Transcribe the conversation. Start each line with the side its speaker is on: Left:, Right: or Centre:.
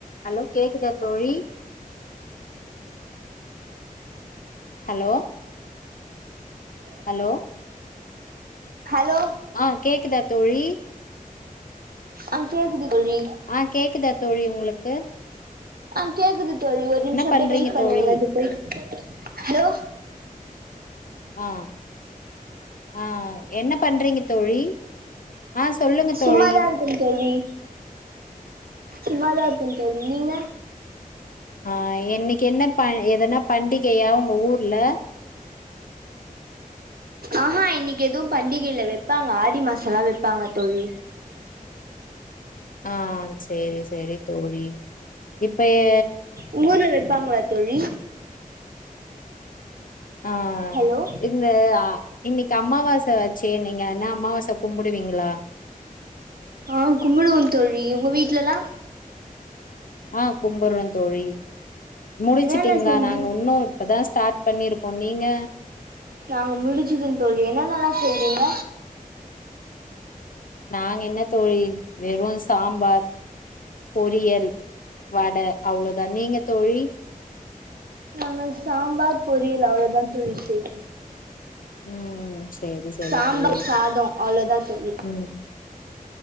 Left: hello கேக்குதா தோழி hello hello
Right: hello
Left: ஆ கேக்குதா தோழி
Right: அங் கேக்குது தோழி
Left: அ கேக்குதா தோழி உங்ளுக்கு
Right: ஆ கேக்குது தோழ்வி ஒர் நிம்ஷ அப்டே
Left: பண்றீங்க
Right: வெயிட் பண்ணுங்ள
Left: தோழி
Right: து பொய் ஹெலோ
Left: அ ஆ ஆ என்ன பண்றீங்க தோழி ஆ சொல்லுங்க
Right: சும்மாதா
Left: தோழி
Right: இருக்க தோழி சும்மா தா இருக்க தோழி நீங்க
Left: அ என்னைக் என்ன ப எதனா பண்டிக் கேயா ஒங்க ஊர்ல
Right: ஆஹா இன்னக்கி எதுவு பண்டிகைல வெப்பாங்க ஆடி மாசலா வெப்பாங்க தோழி
Left: ஆ ஆ சேரி சேரி தோழி இப்ப ஏ
Right: உங்ஊர்ல வெப்பாங்ளாத் தொழி
Left: ஆ
Right: ஹலோ
Left: இந்த ஆ இன்னிக்கு அம்மாவாச வச்சே நீங்க அன்ன அம்மாவாச கும்புடுவீங்ளா
Right: ஆ கும்புடுவோ தோழி உங்க வீட்லலா
Left: ஆ கும்புற்ற தோழி முடிச்சிட்டீங்ளா
Right: என்னென்ன செஞ்சு
Left: நாங்க உன்னு இப்பதா ஸ்டாட் பண்ணிருக் ஒ நீங்க
Right: நாங்க முடிச்சுட்டந் தோழி என்னானலலா செய்வீங்க
Left: நாங் என்ன தோழி வெறு சாம்பார் பொரியல் வட அவ்ளோதா நீங்க தோழி
Right: நங்க சாம்பார் பொரியல் அவளோதா தோழி செய்வ
Left: ம் ம் சேரி சேரி
Right: சாம்ப
Left: தோழி
Right: சாதொ அவ்ளோதா தோழி
Left: ம்